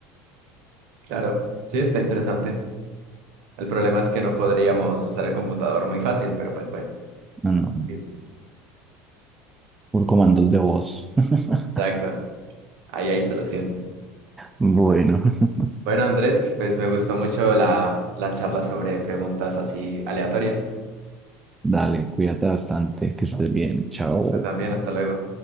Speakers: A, on the right (about 60°); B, on the right (about 15°).
A: Claro, sí, está interesante. El problema es que no podríamos usar el computador muy fácil, pero pues bueno.
B: No, no,
A: Sí.
B: por comandos de voz. <laughs>
A: Exacto. Ahí hay solución.
B: Bueno, <laughs>
A: Bueno, Andrés, pues me gustó mucho la, la charla sobre preguntas así aleatorias.
B: dale, cuídate bastante, que estés bien, chao.
A: Pero también, hasta luego.